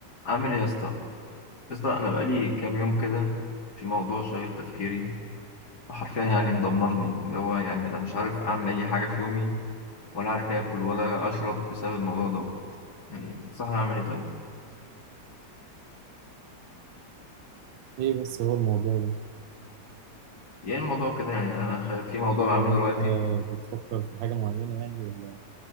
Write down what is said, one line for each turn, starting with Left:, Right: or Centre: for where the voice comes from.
Left: عامل ايه يا اسطى يا اسطى انا بقالي كام يوم كده في موضوع شاغل تفكيري وحرفيا يعني مدمرني اللي هو يعني انا مش عارف اعمل اي حاجه في يومي ولا عارف اكل ولا اشرب بسبب الموضوع دوت يعني تنصحني اعمل ايه طيب
Right: ايه بس هو الموضوع ده
Left: يعني الموضوع كده يعني انا خ- في موضوع بعمله
Right: يعني
Left: دلوقتي
Right: انت بتفكر في حاجة معينة يعني ولا